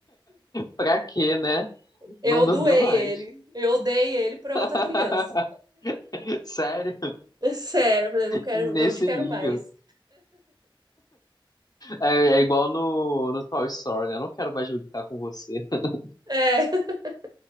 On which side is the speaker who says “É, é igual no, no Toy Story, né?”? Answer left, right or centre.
Left